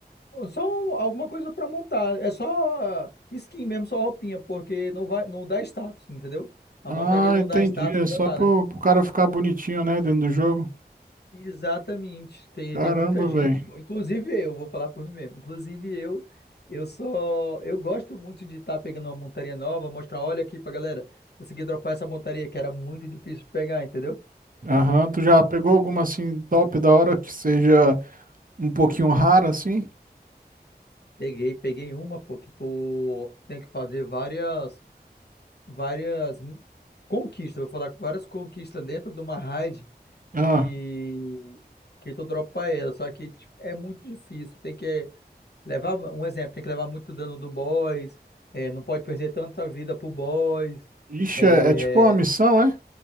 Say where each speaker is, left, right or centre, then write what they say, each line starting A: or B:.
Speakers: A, on the left (about 75°); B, on the right (about 55°).
A: só um, alguma coisa pra montar, é só skin mesmo, só roupinha, porque não vai, não dá status, entendeu? A
B: Ah,
A: montaria não
B: entendi.
A: dá status,
B: É
A: não
B: só
A: dá nada.
B: pro, pro cara ficar bonitinho, né, dentro do jogo.
A: Exatamente. Tem,
B: Caramba,
A: tem muita gente,
B: velho.
A: pô, inclusive eu, vou falar por mim mesmo. Inclusive eu, eu só, eu gosto muito de estar pegando uma montaria nova, mostrar, olha aqui pra galera, consegui dropar essa montaria que era muito difícil de pegar, entendeu?
B: Aham, tu já pegou alguma assim top da hora que seja um pouquinho rara assim?
A: Peguei, peguei uma, pô, que tô, tem que fazer várias, várias conquistas, vou falar várias conquistas dentro de uma raid
B: Ah,
A: que que tu dropa ela, só que tipo, é muito difícil, tem que Levar, um exemplo, tem que levar muito dano do boss, é, não pode perder tanta vida pro boss.
B: ixi,
A: É,
B: é, é tipo uma missão, é?